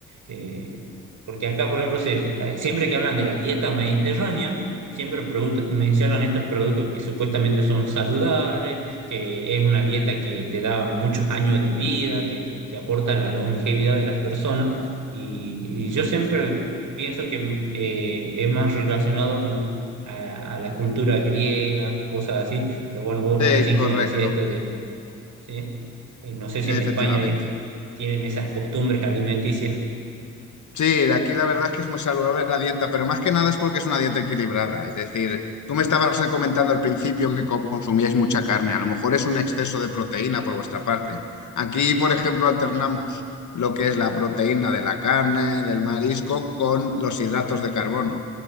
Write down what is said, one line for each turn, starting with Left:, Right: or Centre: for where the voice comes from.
Right: Eh, porque acá, por ejemplo, se, eh, siempre que hablan de la dieta mediterránea, siempre product- mencionan estos productos que supuestamente son saludables, que es una dieta que te da muchos años de vida, que, que aporta la longevidad de las personas. Y, y yo siempre pienso que eh, es más relacionado, bueno, a, a la cultura griega, cosas así, pero bueno, vos
Left: sí,
Right: recién
Left: correcto,
Right: que me decías esto de, ¿sí? Eh, no sé si
Left: efectivamente.
Right: en España eh, tienen esas costumbres alimenticias
Left: Sí, de aquí la verdad es que es muy saludable la dieta, pero más que nada es porque es una dieta equilibrada. Es decir, tú me estabas eh, comentando al principio que co- consumíais mucha carne, a lo mejor es un exceso de proteína por vuestra parte. Aquí, por ejemplo, alternamos lo que es la proteína de la carne, del marisco, con los hidratos de carbono,